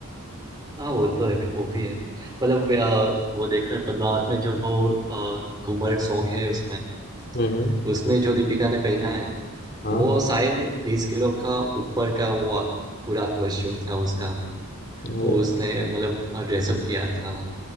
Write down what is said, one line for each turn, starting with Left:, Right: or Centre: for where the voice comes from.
Right: हाँ वो तो है वो भी है मतलब अ, वो देखो ना, पद्मावत में जो अ, घूमर सॉन्ग है उसमें
Left: हम्म
Right: उसमें जो दीपिका ने पहना है
Left: हाँ
Right: वो शायद बीस किलो का ऊपर का वो आ- पूरा कॉस्ट्यूम था उसका
Left: यार,
Right: वो उसने मतलब ड्रेसअप किया था